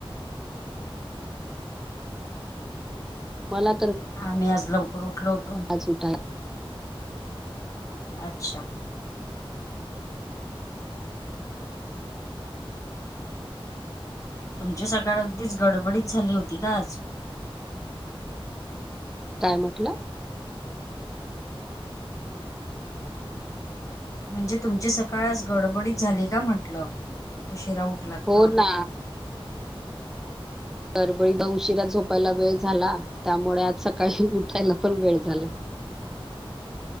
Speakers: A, in the centre; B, on the left.
A: मला
B: आम्ही आज लवकर उठलो होतो
A: सुठा <unintelligible>
B: अच्छा!, तुमची सकाळ अगदीच गडबडीत झाली होती का आज?
A: काय म्हटला?
B: म्हणजे तुमची सकाळ आज गडबडीत झाली का म्हटलं, उशिरा उठलात
A: हो
B: तर?
A: ना. गडबडीपं उशिरा झोपायला वेळ झाला. त्यामुळे आज सकाळी उठायला पण वेळ झाला.